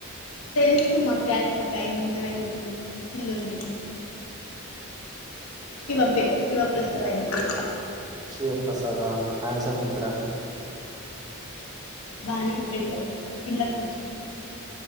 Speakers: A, on the left; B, on the right.
A: తెలుసు మా క్లాస్ ఒక ఆయన ఉన్నారు ఆయనకి పిల్ల ఉంది శివ పే శివప్రసాద్ అయన పేరు
B: శివప్రసాద హాన్డసమ్ గా ఉంటాడ
A: బానే ఉంటాడు ఇగ వాళ్ళ పిల్లక్ నచ్చింది అంతే